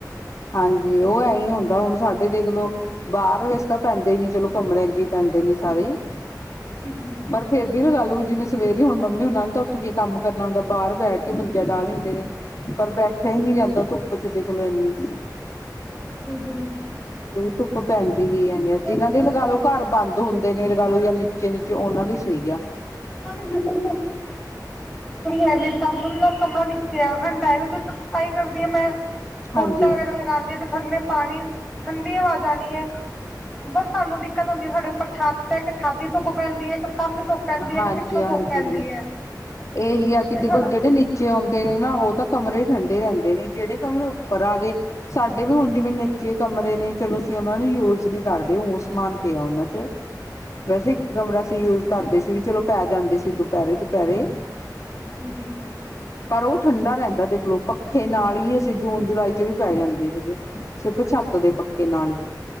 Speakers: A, on the left; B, in the centre.
A: ਹਾਂਜੀ ਉ ਐਹੀ ਹੁੰਦਾ ਹੁਣ ਸਾਡੇ ਦੇਖਲਓ ਬਾਹਰ ਵੈਸੇ ਤਾਂ ਪੈਂਦੇ ਹੀ ਨੀ ਚਲੋ ਕਮਰਿਆਂ ਚ ਹੀ ਪੈਂਦੇ ਨੇ ਸਾਰੇ ਈ
B: ਜੀ ਜੀ
A: ਪਰ ਫੇਰ ਵੀ ਗੱਲ ਹੋਈ। ਜਿਵੇਂ ਸਵੇਰੇ ਹੁਣ ਮੰਮੀ ਉਨਾਂ ਨੇ ਤਾਂ ਉੱਠ ਕੇ ਕੰਮ ਕਰਨਾ ਹੁੰਦਾ। ਬਾਰ ਬੈਠ ਕੇ ਮੰਜੀਆ ਡਾਹ ਲੈਂਦੇ ਨੇ ਪਰ ਬੈਠਿਆ ਈ ਨੀ ਜਾਂਦਾ ਧੁੱਪ ਚ ਦੇਖ ਲਓ ਇੰਨੀ
B: ਬਿਲਕੁਲ-ਬਿਲਕੁਲ
A: ਕਿਉਂਕਿ, ਧੁੱਪ ਪੈਂਦੀ ਹੀ ਏਨੀ ਜਿਨਾਂ
B: ਸਾਡੇ
A: ਦੇ ਲਗਾ
B: ਨਾ
A: ਲੋ ਘਰ ਬੰਦ ਹੁੰਦੇ ਨੇ ਲਗਾ ਲੋ ਯਾਨੀ ਨੀਚੇ-ਨੀਚੇ, ਉਨਾਂ ਲਈ ਸਹੀ ਆ
B: <unintelligible> ਮੰਮੀ ਜੇੜੀ ਹੈ। ਦਾ ਕਮਰਾ ਨੀਚੇ ਆ ਠੰਡਾ ਆਈ ਕਰਦੀ ਆ। ਮੈਂ ਪੋਚਾ
A: ਹਾਂਜੀ
B: ਵਗੈਰਾ ਲੱਗ ਗਾਨੀ ਆ। ਤੇ ਥੱਲੇ ਪਾਣੀ ਠੰਡੀ ਹਵਾ ਜਾਨੀ ਏ। ਬਸ ਸਾਨੂੰ ਦਿੱਕਤ ਹੁੰਦੀ ਹੈ‌। ਸਾਡੇ ਉੱਪਰ ਛੱਤ ਇੱਕ ਛੱਤ ਦੀ ਧੁੱਪ ਪੈਂਦੀ ਏ। ਇੱਕ ਸਾਮਨੀ ਧੁੱਪ ਪੈਂਦੀ ਹੈ
A: ਹਾਂਜੀ-ਹਾਂਜੀ,
B: ਇੱਕ ਪਿੱਛੋਂ ਧੁੱਪ ਪੈਂਦੀ ਹੈ
A: ਇਹੀ ਆ ਕਿ ਦੇਖੋ
B: ਸਾਡਾ
A: ਜੇੜੇ ਨੀਚ ਨੀਚੇ ਆਉਂਦੇ ਨੇ ਨਾ ਉਹ ਤਾਂ ਕਮਰੇ ਠੰਡੇ ਰੇਂਦੇ ਨੇ। ਜੇੜੇ ਕਮਰੇ ਉੱਪਰ ਆ ਗੇ ਸਾਡੇ ਵੀ ਹੁਣ ਜਿਵੇਂ ਨੀਚੇ ਕਮਰੇ ਨੇ ਚਲੋ ਅਸੀਂ ਉਨਾਂ ਨੂੰ ਯੂਜ ਨੀ ਕਰਦੇ, ਉਹ ਸਮਾਨ ਪਿਆ ਉਨਾਂ 'ਚ ਵੈਸੇ ਇੱਕ ਕਮਰਾ ਅਸੀ ਯੂਜ ਕਰਦੇ ਸੀ। ਵੀ ਚਲੋ ਪੈ ਜਾਂਦੇ ਸੀ। ਦੁਪੇਰੇ, ਦੁਪੇਰੇ
B: ਹੁੰ-ਹੁੰ
A: ਪਰ ਉਹ ਠੰਡਾ ਰੇਂਦਾ ਦੇਖਲਓ, ਪੱਖੇ ਨਾਲ ਹੀ ਅਸੀਂ ਜੂਨ ਜੁਲਾਈ 'ਚ ਵੀ ਪੈ ਜਾਂਦੇ ਸੀਗੇ। ਸਿਰਫ ਛੱਤ ਦੇ ਪੱਖੇ ਨਾਲ ਈ